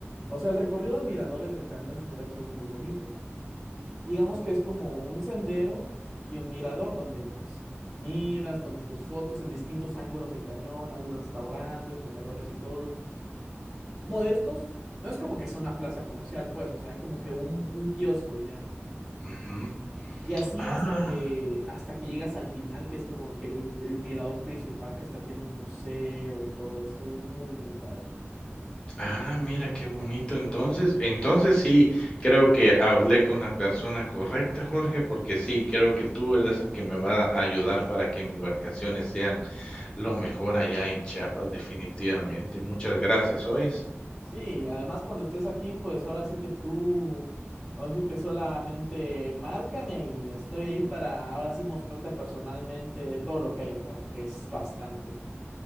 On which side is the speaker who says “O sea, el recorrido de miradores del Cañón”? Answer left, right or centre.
Centre